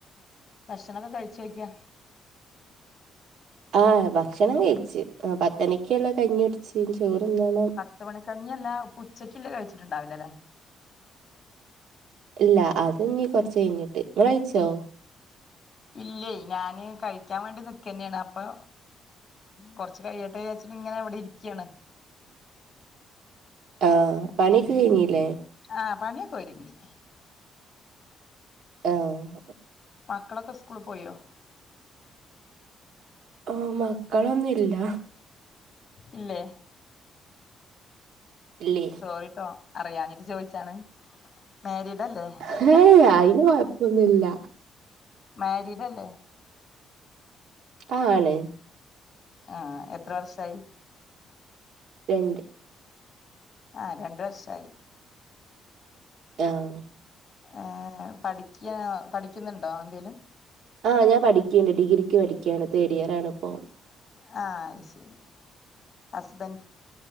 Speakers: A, on the left; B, on the right.
A: ഭക്ഷണം ഒക്കെ കഴിച്ചോക്കിയ
B: ആഹ് ഭക്ഷണം കയിച്ചു പത്ത് മണിക്ക് ഉള്ള കഞ്ഞി കുടിച്ച് ചോറ് തിന്നണം.
A: പത്ത്മണിക്കഞ്ഞിയല്ല ഇപ്പം ഉച്ചക്കില്ലേ കഴിച്ചിട്ടുണ്ടാവില്ല അല്ലേ.
B: ഇല്ല അത് നീ കൊറച്ച് കഴിഞ്ഞിട്ട് നിങ്ങള് കഴിച്ചോ
A: ഇല്ലേ ഞാന് കഴിക്കാൻ വേണ്ടി നിക്കതന്നെയാണ് അപ്പൊ. കൊറച്ച് കഴിയട്ടെ വിചാരിച്ച് ഇങ്ങനെ ഇവടെ ഇരിക്കയാണ്.
B: ആഹ് പണിയൊക്കെ കഴിഞ്ഞില്ലേ.
A: ആഹ് പണിയൊക്കെ ഒരുങ്ങി
B: ആഹ്
A: മക്കളൊക്കെ സ്കൂളിൽ പോയോ.
B: ഓഹ് മക്കളൊന്നുയില്ല.
A: ഇല്ലേ
B: ഇല്ലേ
A: സോറിട്ടോ അറിയാഞ്ഞിട്ട് ചോദിച്ചാണ് മാരിഡ് അല്ലേ.
B: ഏഹ് അയിന് കൊഴപ്പൊന്നുയില്ല.
A: മാരിഡ് അല്ലേ
B: ആണ്
A: ആഹ് എത്ര വർഷായി
B: രണ്ട്
A: ആഹ് രണ്ട് വർഷായി
B: ആഹ്
A: ഏഹ് പഠിക്ക്യ പഠിക്ക്യിന്ന്ണ്ടോ എന്തേലും
B: ആഹ് ഞാൻ പഠിക്ക്യിണ്ട് ഡിഗ്രിക്ക് പഠിക്ക്യാണ് തേർഡ് ഇയറാണ് ഇപ്പൊ
A: ആഹ് അഹ് ശരി ഹസ്ബൻഡ്